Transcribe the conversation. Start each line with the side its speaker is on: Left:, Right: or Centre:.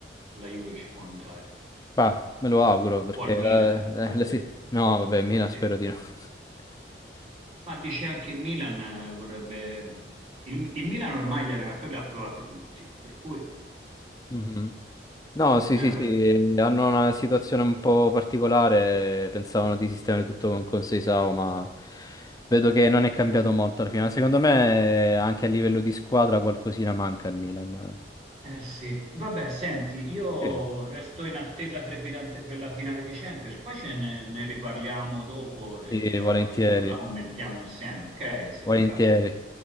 Right: alla Juve ci può andare.
Left: Bah, me lo auguro, perché...
Right: O al
Left: la-
Right: Milan, a parte...
Left: eh, la si- No, vabbè, Mina spero
Right: sì.
Left: di no. <laughs>
Right: Ma dice anche il Milan eh, vorrebbe... Il, il Milan ormai gli allenatori li ha provati tutti, per cui...
Left: Mhm. No, sì,
Right: Eh
Left: sì, sì,
Right: beh,
Left: hanno una situazione un po' particolare, pensavano di sistemare tutto con Conseil SAO, ma vedo che non è cambiato molto alla fine. Ma Secondo me anche a livello di squadra qualcosina manca al Milan.
Right: eh sì. Vabbè, senti, io
Left: Sì.
Right: resto in attesa trepidante per la finale di Champions, poi ce ne, ne riparliamo dopo e
Left: Sì,
Right: vediamo
Left: volentieri,
Right: come la commentiamo insieme, ok? Se
Left: volentieri.
Right: ti va.